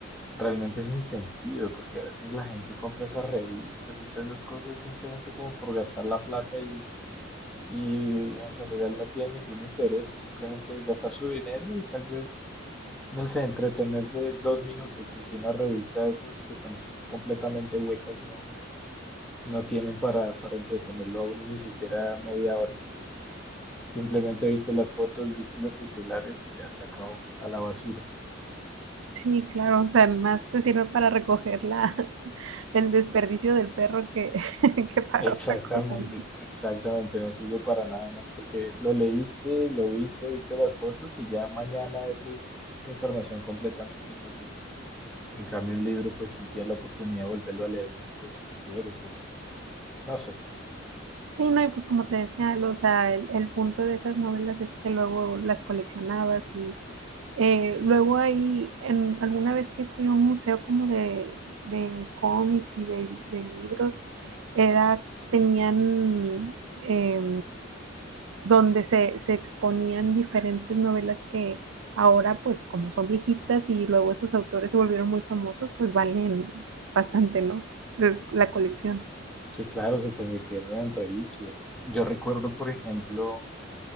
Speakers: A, in the centre; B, on the right (about 80°).
A: realmente sin sentido, porque a veces la gente compra esas revistas y todas esas cosas simplemente como por gastar la plata y, y en general no tiene ningún interés, es simplemente gastar su dinero y tal vez, no sé, entretenerse dos minutos, porque una revista de esas que son completamente huecas no, no tienen para, para entretenerlo a uno ni siquiera media hora, eso es Simplemente viste las fotos, viste los titulares y ya se acabó a la basura.
B: Sí, claro, o sea, más te sirve para recoger la, <laughs> el desperdicio del perro que, <laughs> que para
A: Exactamente,
B: otra cosa, ¿no?
A: exactamente, no sirve para nada más porque lo leíste, lo viste, viste las fotos y ya mañana eso es información completamente inútil. En cambio, un libro, pues si tienes la oportunidad de volverlo a leer después si quieres, o no sé.
B: Sí, no, y pues como te decía, o sea, el, el punto de esas novelas es que luego las coleccionabas y Eh, luego ahí, en, alguna vez que fui a un museo como de, de cómics y de, de libros, era, tenían eh, donde se, se exponían diferentes novelas que ahora, pues como son viejitas y luego esos autores se volvieron muy famosos, pues valen bastante, ¿no? Eh, La colección.
A: Sí, claro, se convirtieron en reliquias. Yo recuerdo, por ejemplo,